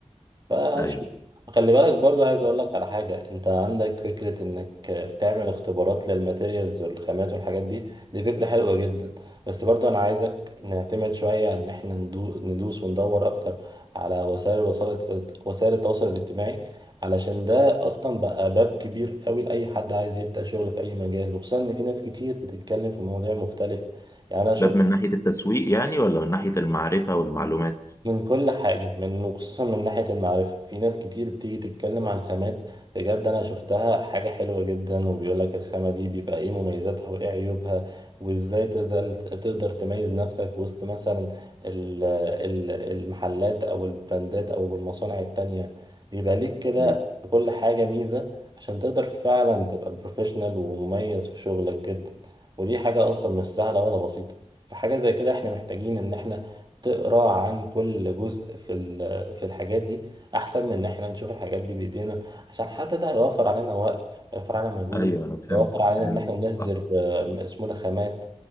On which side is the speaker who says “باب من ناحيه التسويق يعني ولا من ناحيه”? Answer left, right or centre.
Left